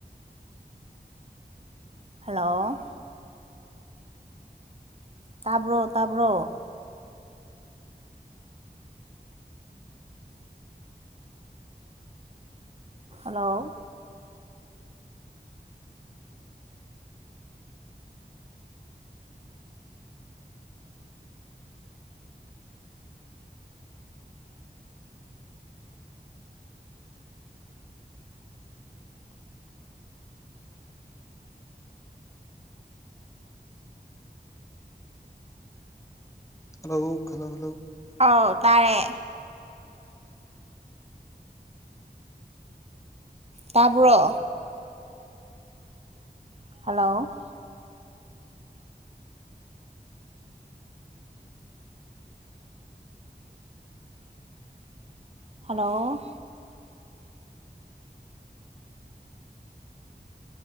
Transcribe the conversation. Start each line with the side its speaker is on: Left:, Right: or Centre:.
Right: ꯍꯜꯂꯣ ꯇꯥꯕ꯭ꯔꯣ ꯇꯥꯕ꯭ꯔꯣ ꯍꯜꯂꯣ
Left: ꯍꯜꯂꯣ ꯍꯜꯂꯣ ꯍꯜꯂꯣ
Right: ꯑꯥꯎ ꯇꯥꯔꯦ ꯇꯥꯕ꯭ꯔꯣ hello hello